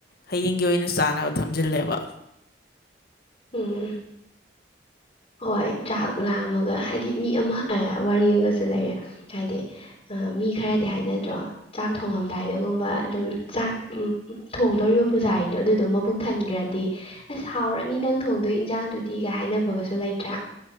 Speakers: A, on the left (about 55°); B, on the left (about 35°).
A: ꯍꯌꯦꯡꯒꯤ ꯑꯣꯏꯅ ꯆꯥꯅꯕ ꯊꯝꯖꯤꯜꯂꯦꯕ
B: ꯎꯝ ꯍꯣꯏ ꯆꯥꯛ ꯂꯥꯝꯃꯒ ꯍꯥꯏꯗꯤ ꯃꯤ ꯑꯃ ꯋꯥꯔꯤꯒꯁꯨ ꯂꯩꯔꯦ ꯍꯥꯏꯗꯤ ꯃꯤ ꯈꯔꯗꯤ ꯍꯥꯏꯅꯗ꯭ꯔꯣ ꯆꯥꯛ ꯊꯣꯡꯉꯝꯗꯥꯏꯗꯒꯨꯝꯕ ꯑꯗꯨꯝ ꯆꯥꯛ ꯊꯣꯡꯗꯣꯔꯤꯕ ꯄꯨꯖꯥꯔꯤꯗꯣ ꯑꯗꯨꯗꯣ ꯃꯕꯨꯛ ꯊꯟꯈ꯭ꯔꯗꯤ ꯑꯁ ꯍꯥꯎꯔꯅꯤ ꯅꯪ ꯊꯣꯡꯗꯣꯏ ꯏꯟꯖꯥꯡꯗꯨꯗꯤꯒ ꯍꯥꯏꯅꯕꯒꯁꯨ ꯂꯩꯇ꯭ꯔꯥ